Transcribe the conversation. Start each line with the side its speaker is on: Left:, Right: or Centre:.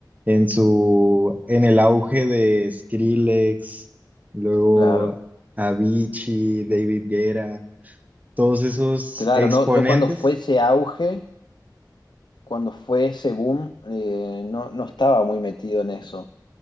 Right: en su, en el auge de Skrillex, luego
Left: Claro,
Right: Avicii, David Guerra, todos esos
Left: claro,
Right: exponentes.
Left: no, yo cuando fue ese auge, cuando fue ese boom, eh, no, no estaba muy metido en eso.